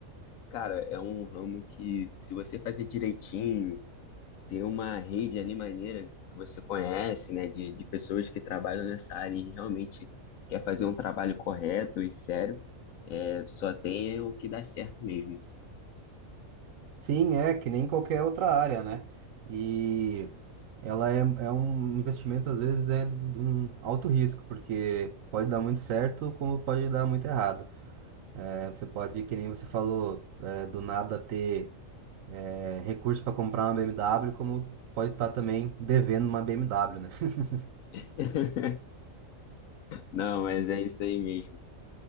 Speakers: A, on the left (about 75°); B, on the right (about 70°).
A: cara, é um ramo que se você fazer direitinho, ter uma rede ali maneira que você conhece, né, de, de pessoas que trabalham nessa área e realmente quer fazer um trabalho correto e sério, é, só tem o que dá certo mesmo.
B: Sim, é que nem qualquer outra área, né? E. ela é, é um investimento, às vezes, né, do- de um alto risco, porque pode dar muito certo, como pode dar muito errado. É, você pode, que nem você falou, é, do nada ter é, recurso para comprar uma BMW, como pode estar também devendo uma BMW, né? <laughs>
A: <laughs> Não, mas é isso aí mesmo.